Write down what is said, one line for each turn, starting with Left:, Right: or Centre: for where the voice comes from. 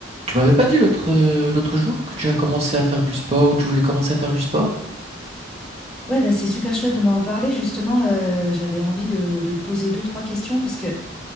Right: Tu m'avais pas dit l'autre euh, l'autre jour que tu as commencé à faire du sport ou tu voulais commencer à faire du sport?
Centre: Ouais, bah, c'est super chouette de m'en reparler. Justement, euh, j'avais envie de, de te poser deux, trois questions parce que,